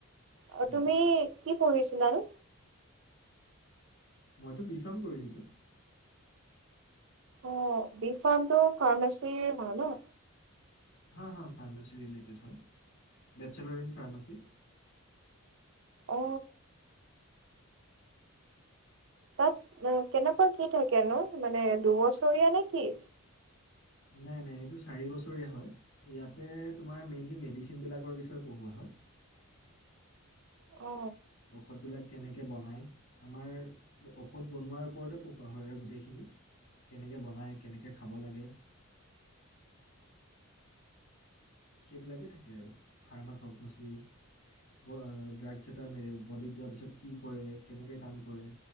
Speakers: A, on the right; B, on the left.
A: আৰু
B: বুজিছোঁ
A: তুমি কি পঢ়িছিলা নো
B: মইতো বিফাৰ্ম কৰিছিলোঁ
A: অ বি ফাৰ্মটো ফাৰ্মাচী হয় ন
B: হা হা ফাৰ্মাচী ৰিলেটেড হয় বেচেলাৰ ইন ফাৰ্মাচী
A: অ। তাত কেনেকুৱা কি থাকেনো মানে দুবছৰীয়া নে কি?
B: নাই নাই এইটো চাৰি বছৰীয়া হয়। ইয়াতে তোমাৰ মেইনলি মেডিচিনবিলাকৰ বিষয়ে পঢ়োৱা হয়।
A: অ।
B: ঔষধবিলাক কেনেকে বনায়। আমাৰ ঔষধ বনোৱাৰ ওপৰতে পোঢ়োৱা হয় আৰু গোটেইখিনি। কেনেকে বনায় কেনেকে খাব লাগে। সেইবিলাকেই থাকে আৰু ফাৰ্মা কগনচি। ড্ৰাগছ এটা মেৰি বডিত যোৱাৰ পিছত কি কৰে কেনেকৈ কাম কৰে।